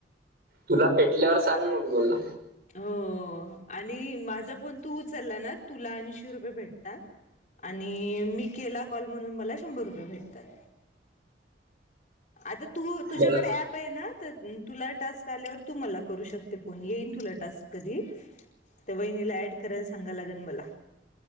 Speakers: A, on the right; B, on the left.
A: तुला भेटल्यावर सांग मग मला
B: <unintelligible> आणि माझा फोन तू उचलला ना तुला अंश रुपये भेटतात आणि मी केला कॉल म्हणून मला शंभर रुपये भेटतात. आता तू तुझ्याकडे
A: मला
B: ऍप आहे ना तुला टास्क आल्यावर तू मला करू शकते फोन येईन तुला टास्क कधी त्या वहिणीला ऍड करायला सांगाव लागल मला